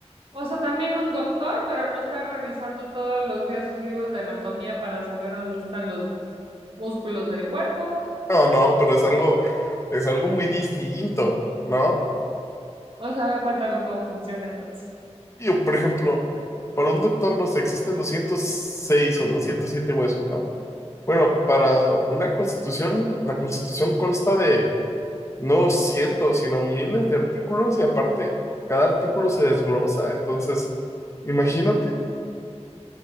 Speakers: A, on the right (about 50°); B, on the left (about 25°).
A: o sea, también un doctor, pero no está revisando todos los días sus libros de anatomía para saber dónde están los músculos del cuerpo.
B: No, no, pero es algo, es algo muy distinto, ¿no?
A: O sea, a ver, cuéntame cómo funciona entonces.
B: Yo, por ejemplo, para un doctor, no sé, existen 206 o 207 huesos, ¿no? Bueno, para una constitución, la constitución consta de no cientos, sino miles de artículos y aparte cada artículo se desglosa, entonces, imagínate.